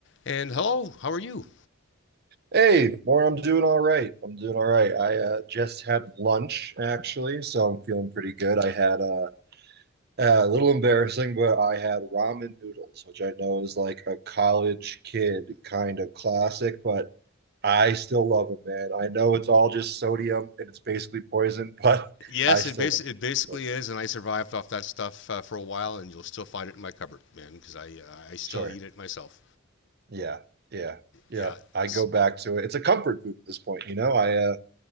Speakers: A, on the left; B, on the right.
A: And hello, how are you?
B: Hey, more. I'm doing all right. I'm doing all right. I uh, just had lunch actually, so I'm feeling pretty good. I had uh, uh, a little embarrassing, but I had ramen noodles, which I know is like a college kid kind of classic, but I still love them, man. I know it's all just sodium and it's basically poison, <laughs> but
A: Yes,
B: I still
A: it, bas-
B: love
A: it
B: it.
A: basically
B: So,
A: is, and I survived off that stuff uh, for a while, and you'll still find it in my cupboard, man, because I uh, I still
B: sure.
A: eat it myself.
B: Yeah. Yeah. Yeah.
A: Yeah,
B: I
A: it's
B: go back to it. It's a comfort food at this point, you know. I uh